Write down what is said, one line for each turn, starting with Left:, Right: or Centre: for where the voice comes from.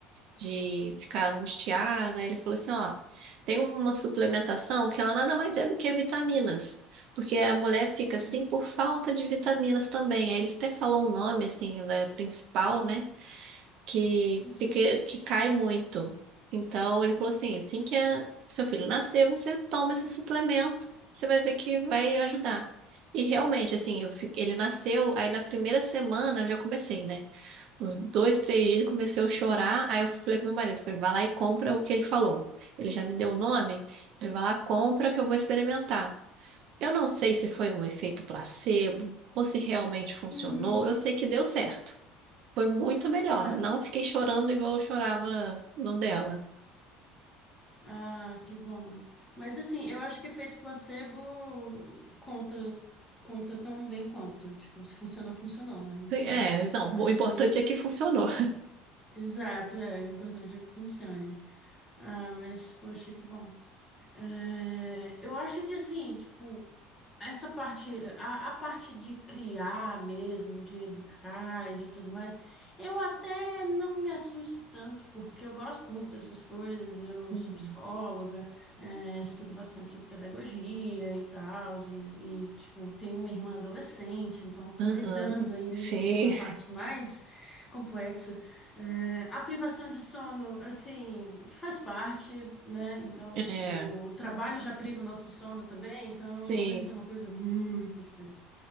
Right: de ficar angustiada. Ele falou assim, ó, tem uma suplementação que ela nada mais é do que vitaminas, porque a mulher fica
Left: uhum,
Right: assim por falta de vitaminas também. Aí ele até falou o nome assim da principal, né, que
Left: uhum,
Right: fica que cai muito. Então ele falou assim, assim que a- seu filho nascer, você toma esse suplemento, você vai ver que vai ajudar. E realmente, assim, eu fiquei- ele nasceu, aí na primeira semana eu já comecei, né? Uns dois, três dias comecei a chorar. Aí eu falei com meu marido, falei, vai lá e compra o que ele falou. Ele já me deu o nome, ele vai lá, compra que eu vou experimentar. Eu não sei se foi um efeito placebo ou se realmente funcionou.
Left: uhum.
Right: Eu sei que deu certo. Foi muito melhor.
Left: É.
Right: Não fiquei chorando igual eu chorava no dela.
Left: Ah, que bom. Mas assim, eu acho que efeito placebo conta conta tão bem quanto. Tipo, se funcionou, funcionou, né? Então,
Right: É, não,
Left: acho
Right: o importante
Left: que,
Right: é
Left: que-
Right: que funcionou.
Left: Exato, é, o importante é que funcione. Ah, mas, poxa, que bom. É, eu acho que assim, tipo, essa parte, a, a parte de criar mesmo, de educar e de tudo mais, eu até não me assusto tanto, porque eu gosto muito dessas coisas, eu
Right: Uhum.
Left: sou psicóloga. É, estudo bastante sobre pedagogia e tal, e, e, tipo, tenho uma irmã adolescente, então tô
Right: Aham.
Left: lidando aí ali
Right: Sim.
Left: com a parte mais complexa. É, a privação de sono, assim, faz parte, né? Então,
Right: É,
Left: tipo, o trabalho já priva o nosso sono também, então
Right: sim,
Left: não vai ser uma coisa muito diferente.